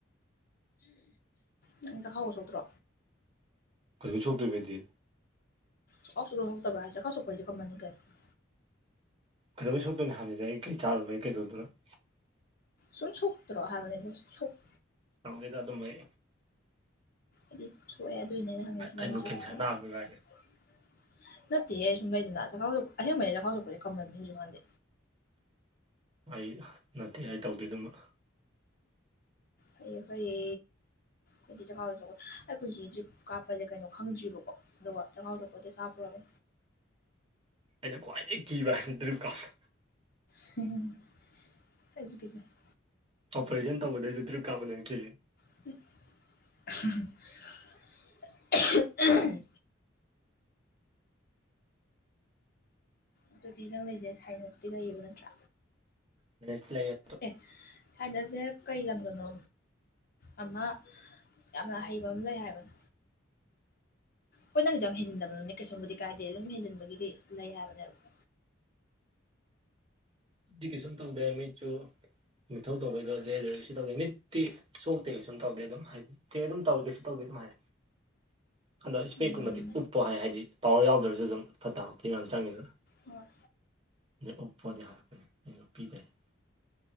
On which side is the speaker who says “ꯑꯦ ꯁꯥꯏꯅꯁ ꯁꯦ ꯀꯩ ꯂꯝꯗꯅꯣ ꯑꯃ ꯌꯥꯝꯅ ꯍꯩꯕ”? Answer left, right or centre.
Left